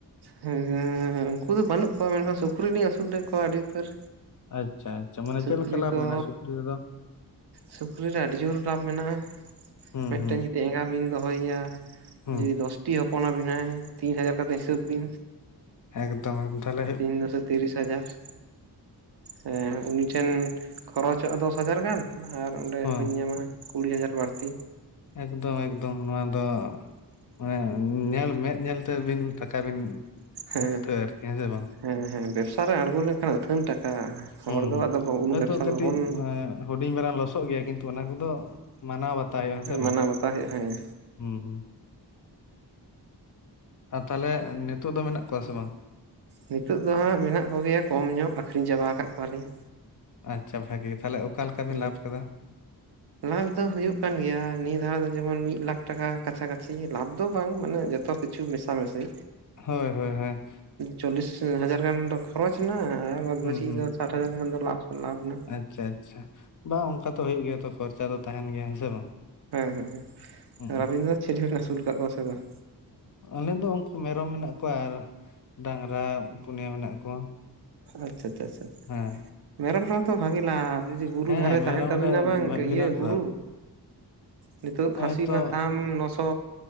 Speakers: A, on the right; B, on the left.
A: ᱦᱮᱸ ᱩᱱᱠᱩ ᱫᱚ ᱵᱟᱹᱱᱩᱜ ᱠᱚᱣᱟ ᱢᱮᱱᱠᱷᱟᱱ ᱥᱩᱠᱨᱤᱞᱤᱧ ᱟᱹᱥᱩᱞ ᱞᱮᱫ ᱠᱚᱣᱟ ᱟᱹᱰᱤ ᱩᱛᱟᱹᱨ
B: ᱟᱪᱪᱷᱟ ᱟᱪᱪᱷᱟ ᱢᱟᱱᱮ
A: ᱥᱩᱠᱨᱤ
B: ᱪᱮᱫ ᱞᱮᱠᱟ ᱞᱟᱵᱷ
A: ᱫᱚ
B: ᱢᱮᱱᱟᱜᱼᱟ ᱥᱩᱠᱨᱤ ᱨᱮᱫᱚ?
A: ᱥᱩᱠᱨᱤ ᱨᱮ ᱟᱹᱰᱤ ᱡᱳᱨ ᱞᱟᱵᱷ ᱢᱮᱱᱟᱜᱼᱟ
B: ᱦᱩᱸ
A: ᱢᱤᱫᱴᱮᱱ
B: ᱦᱩᱸ
A: ᱧᱩᱛ ᱮᱸᱜᱟ ᱵᱤᱱ ᱫᱚᱦᱚᱭᱮᱭᱟ
B: ᱦᱩᱸ
A: ᱡᱩᱫᱤ ᱫᱚᱥᱴᱤ ᱦᱚᱯᱚᱱ ᱟᱵᱤᱱᱟᱭ ᱛᱤᱱ ᱦᱟᱡᱟᱨ ᱠᱟᱛᱮ ᱦᱤᱥᱟᱹᱵᱽ ᱵᱤᱱ
B: ᱮᱠᱫᱚᱢᱚᱢ ᱛᱟᱦᱞᱮ
A: ᱛᱤᱱ ᱫᱚᱥᱮ ᱛᱤᱨᱤᱥ ᱦᱟᱡᱟᱨ ᱦᱮᱸ ᱩᱱᱤ ᱢᱤᱫᱴᱮᱱ ᱠᱷᱚᱨᱚᱪᱚᱜᱼᱟ ᱫᱚᱥ ᱦᱟᱡᱟᱨ ᱜᱟᱱ ᱟᱨ ᱚᱸᱰᱮ
B: ᱦᱚᱸ
A: ᱵᱮᱱ ᱧᱟᱢᱟ ᱠᱩᱲᱤ ᱦᱟᱡᱟᱨ ᱵᱟᱹᱲᱛᱤ
B: ᱮᱠᱫᱚᱢ ᱮᱠᱫᱚᱢ ᱱᱚᱣᱟ ᱫᱚ ᱢᱟᱱᱮ ᱧᱮᱞ ᱢᱮᱸᱫ ᱧᱮᱞᱛᱮᱵᱤᱱ ᱴᱟᱠᱟ ᱵᱤᱱ
A: ᱦᱮᱸ
B: ᱩᱴᱷᱟᱹ ᱟᱨᱠᱤ ᱦᱮᱸ ᱥᱮ ᱵᱟᱝ?
A: ᱦᱮᱸ ᱦᱮᱸ ᱵᱮᱵᱽᱥᱟ ᱨᱮ ᱟᱬᱜᱚ ᱞᱮᱱᱠᱷᱟᱱ ᱟᱹᱛᱷᱟᱹᱱ ᱴᱟᱠᱟ ᱦᱚᱲ
B: ᱦᱩᱸ
A: ᱫᱚ
B: ᱦᱩᱸ
A: ᱟᱫᱚ ᱩᱱᱟᱹᱜ
B: ᱦᱳᱭᱛᱳ
A: ᱵᱮᱵᱥᱟ
B: ᱠᱟᱹᱴᱤᱡ
A: ᱵᱟᱵᱚᱱ
B: ᱮᱸ ᱦᱩᱰᱤᱧ ᱢᱟᱨᱟᱝ ᱞᱚᱥᱚᱜ ᱜᱮᱭᱟ ᱠᱤᱱᱛᱩ ᱚᱱᱟ ᱠᱚᱫᱚ ᱢᱟᱱᱟᱣ ᱵᱟᱛᱟᱣ ᱦᱩᱭᱩᱜᱼᱟ ᱦᱮᱸ ᱥᱮ ᱵᱟᱝ?
A: ᱢᱟᱱᱟᱣ ᱵᱟᱛᱟᱣ ᱦᱩᱭᱩᱜᱼᱟ ᱦᱮᱸ
B: ᱦᱩ ᱦᱩᱸ ᱟᱨ ᱛᱟᱞᱦᱮ ᱱᱤᱛᱳᱜ ᱫᱚ ᱢᱮᱱᱟᱜ ᱠᱚᱣᱟ ᱥᱮ ᱵᱟᱝ?
A: ᱱᱤᱛᱚᱜ ᱫᱚ ᱦᱟᱸᱜ ᱢᱮᱱᱟᱜ ᱠᱚᱜᱮᱭᱟ ᱠᱚᱢ ᱧᱚᱜ ᱟᱠᱷᱨᱤᱧ ᱪᱟᱵᱟ ᱟᱠᱟᱫ ᱠᱚᱣᱟᱞᱤᱧ
B: ᱟᱪᱪᱷᱟ ᱵᱷᱟᱜᱮ ᱜᱮ ᱛᱟᱦᱚᱞᱮ ᱚᱠᱟ ᱞᱮᱠᱟ
A: ᱦᱮᱸ
B: ᱵᱤᱱ ᱞᱟᱵᱷ ᱟᱠᱟᱫᱟ?
A: ᱞᱟᱵᱷ ᱫᱚ ᱦᱩᱭᱩᱜᱭ ᱠᱟᱱ ᱜᱮᱭᱟ ᱱᱤᱭᱟᱹ ᱫᱷᱟᱣ ᱫᱚ ᱡᱮᱢᱚᱱ ᱢᱤᱫ ᱞᱟᱠᱷ ᱴᱟᱠᱟ ᱠᱟᱪᱷᱟ ᱠᱟᱪᱷᱤ ᱞᱟᱵᱷ ᱫᱚ ᱵᱟᱝ ᱢᱟᱱᱮ ᱡᱚᱛᱚ ᱠᱪᱷᱩ ᱢᱮᱥᱟ ᱢᱮᱥᱤ
B: ᱦᱳᱭ ᱦᱳᱭ ᱦᱳᱭ
A: ᱪᱚᱞᱞᱤᱥ ᱦᱟᱡᱟᱨ ᱜᱟᱱ ᱫᱚ ᱠᱷᱚᱨᱚᱪ ᱮᱱᱟ ᱟᱨ
B: ᱦᱩᱸ
A: ᱵᱮᱥᱤ
B: ᱦᱩᱸ
A: ᱫᱚ ᱥᱟᱴ ᱦᱟᱡᱟᱨ ᱜᱟᱱ ᱫᱚ ᱞᱟᱵᱷ ᱞᱟᱵᱷ ᱮᱱᱟ
B: ᱟᱪᱪᱷᱟ ᱟᱪᱪᱷᱟ ᱵᱟᱝ ᱚᱱᱠᱟ ᱛᱚ ᱦᱩᱭᱩᱜ ᱜᱮᱭᱟ ᱛᱚ ᱠᱷᱚᱨᱪᱟ ᱫᱚ ᱛᱟᱦᱮᱱ ᱜᱮᱭᱟ ᱦᱮᱸ ᱥᱮ ᱵᱟᱝ?
A: ᱦᱮᱸ ᱦᱮᱸ ᱦᱮᱸ
B: ᱦᱩᱸ ᱦᱩᱸ
A: ᱟᱨ ᱟᱹᱵᱤᱱ ᱫᱚ ᱪᱮᱞᱮ ᱵᱮᱱ ᱟᱹᱥᱩᱞ ᱟᱠᱟᱫ ᱠᱚᱣᱟ ᱥᱮ ᱵᱟᱝ?
B: ᱟᱞᱮ ᱫᱚ ᱩᱱᱠᱩ ᱢᱮᱨᱚᱢ ᱢᱮᱱᱟᱜ ᱠᱚᱣᱟ ᱟᱨ ᱰᱟᱝᱨᱟ ᱯᱩᱱᱭᱟᱹ ᱢᱮᱱᱟᱜ ᱠᱚᱣᱟ
A: ᱟᱪᱪᱷᱟ ᱟᱪᱷᱟ ᱟᱪᱪᱷᱟ
B: ᱦᱮᱸ
A: ᱢᱮᱨᱚᱢ ᱨᱮᱦᱚᱸ ᱛᱚ ᱵᱷᱟᱜᱤ ᱞᱟᱵᱷ ᱡᱩᱫᱤ ᱵᱩᱨᱩ
B: ᱦᱮᱸ
A: ᱫᱷᱟᱨᱮ
B: ᱢᱮᱨᱚᱢ
A: ᱛᱟᱦᱮᱱ ᱛᱟᱵᱤᱱᱟ
B: ᱨᱮ
A: ᱵᱟᱝ
B: ᱵᱤᱨᱟᱴ
A: ᱤᱭᱟᱹ ᱵᱩᱨᱩ
B: ᱞᱟᱵᱷ
A: ᱱᱤᱛᱳᱜ
B: ᱱᱚᱜᱼᱚᱭ
A: ᱠᱷᱟᱹᱥᱤ
B: ᱛᱚ
A: ᱨᱮᱱᱟᱜ ᱫᱟᱢ ᱱᱚᱥᱚ